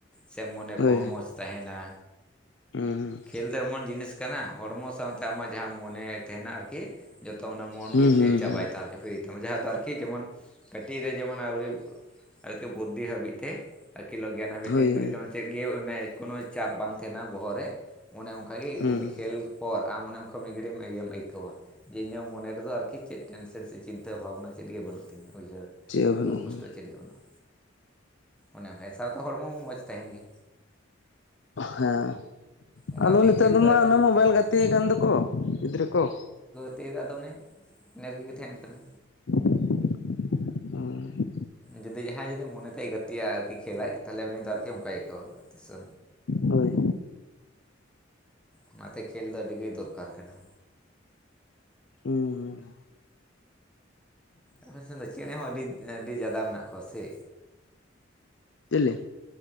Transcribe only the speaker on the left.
ᱦᱳᱭ
ᱦᱩᱸ ᱦᱩᱸ
ᱦᱩᱸ
ᱦᱩᱸ
ᱦᱳᱭ
ᱦᱳᱭ
ᱦᱩᱸ
ᱪᱮᱫ ᱦᱚᱸ ᱵᱟᱹᱱᱩᱜᱼᱟ
ᱦᱮᱸ
ᱟᱫᱚ ᱱᱤᱛᱚᱜ
ᱫᱚᱢᱟ
ᱚᱱᱟ
ᱢᱳᱵᱟᱭᱤᱞ
ᱜᱟᱛᱮ ᱠᱟᱱ ᱫᱚ ᱠᱚ ᱜᱤᱫᱽᱨᱟᱹ ᱠᱚ
ᱚᱸᱻ
ᱦᱳᱭ
ᱦᱩᱸ ᱦᱩᱸ
ᱪᱤᱞᱤ?